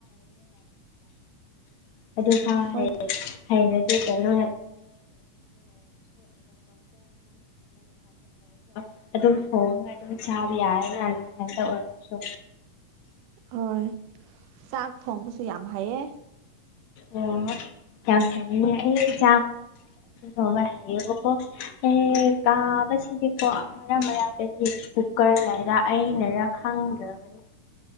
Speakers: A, on the left; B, on the right.
A: ꯑꯗꯨꯐꯥꯎ
B: ꯍꯣꯏꯗ
A: ꯍꯩ ꯍꯩꯔꯗꯤ ꯀꯩꯅꯣ ꯍꯦ <unintelligible> ꯑꯗꯨꯝ ꯊꯣꯡꯉꯒ ꯑꯗꯨꯝ ꯆꯥꯕ ꯌꯥꯔꯦꯅ ꯅꯊꯟꯇ ꯑꯣꯏꯔꯁꯨ
B: ꯍꯣꯏ ꯆꯥꯛ ꯊꯣꯡꯕꯁꯨ ꯌꯥꯝ ꯍꯩꯌꯦ
A: ꯑꯣ ꯌꯥꯝ ꯐꯩꯌꯦꯅꯦ ꯑꯩ <unintelligible> ꯊꯣꯡꯕ ꯍꯩꯌꯦꯕꯀꯣ ꯑꯩ
B: ꯎꯝ
A: ꯀꯕꯥ ꯁꯤꯗꯤ ꯀꯣ ꯃꯔꯛ ꯃꯔꯛꯇꯗꯤ ꯀꯨꯀꯔ ꯂꯩꯔ ꯑꯩꯅꯔ ꯈꯪꯗ꯭ꯔꯥꯕꯅꯤ